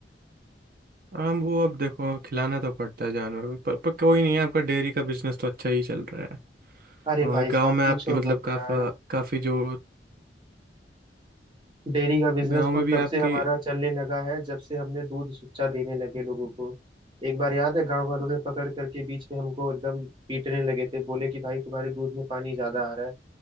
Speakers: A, on the right (about 55°); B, on the right (about 30°).
A: हाँ वो अब देखो खिलाना तो पड़ता है जानवर को पर, पर कोई नहीं है आपका डेयरी का बिजनेस तो अच्छा ही चल रहा है
B: अरे
A: और
B: भाई साहब
A: गांव में
B: पूछो
A: आपकी मतलब
B: मत यार
A: काफा काफी जो
B: डेयरी का बिजनेस
A: गांव
B: तो
A: में भी
B: तब
A: आपकी
B: से हमारा चलने लगा है जब से हमने दूध सुच्चा देने लगे लोगों को एक बार याद है गांव वालों ने पकड़ करके बीच में हमको एकदम पीटने लगे थे बोले कि भाई तुम्हारे दूध में पानी ज्यादा आ रहा है